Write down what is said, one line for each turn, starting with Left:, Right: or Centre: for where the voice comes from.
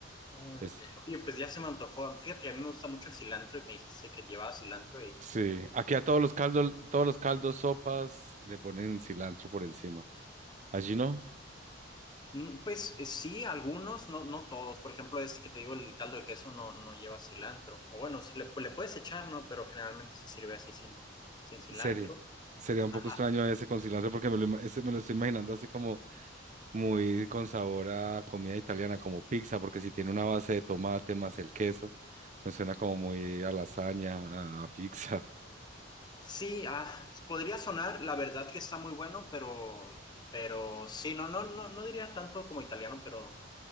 Left: Órale.
Right: Es,
Left: Oye, pues ya se me antojó. Fíjate que a mí me gusta mucho el cilantro y me dijiste que llevaba cilantro y,
Right: sí, aquí a todos los caldos, todos los caldos, sopas, le ponen cilantro por encima. Allí no,
Left: Mm, Pues eh, sí, algunos, no, no todos. Por ejemplo, este que te digo, el caldo de queso no, no lleva cilantro. O bueno, sí le, pues, le puedes echar, ¿no? Pero generalmente se sirve así sin, sin cilantro.
Right: sería, sería un
Left: Ajá.
Right: poco extraño ese con cilantro porque me lo, ima- ese me lo estoy imaginando así como muy con sabor a comida italiana, como pizza, porque si tiene una base de tomate más el queso, me suena como muy a lasaña, a, a pizza.
Left: Sí, ah, podría sonar, la verdad que está muy bueno, pero, pero sí, no, no, no, no diría tanto como italiano, pero.